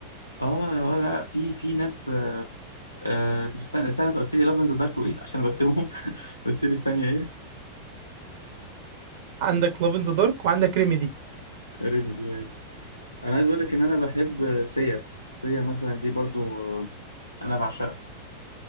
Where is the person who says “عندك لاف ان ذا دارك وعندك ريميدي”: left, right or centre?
Right